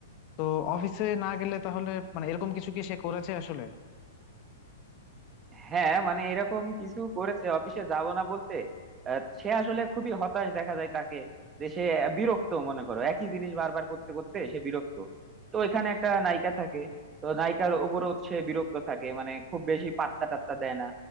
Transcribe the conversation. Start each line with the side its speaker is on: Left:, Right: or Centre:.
Left: তো অফিসে না গেলে তাহলে মানে এরকম কিছু কি সে করেছে আসলে
Right: হ্যাঁ মানে এরকম কিছু করেছে অফিসে যাব না বলতে আহ, সে আসলে খুবই হতাশ দেখা যায় তাকে যে সে বিরক্ত মনে করো একই জিনিস বারবার করতে করতে সে বিরক্ত তো এখানে একটা নায়িকা থাকে তো নায়িকার উপরও সে বিরক্ত থাকে মানে খুব বেশি পাত্তা টাত্তা দেয় না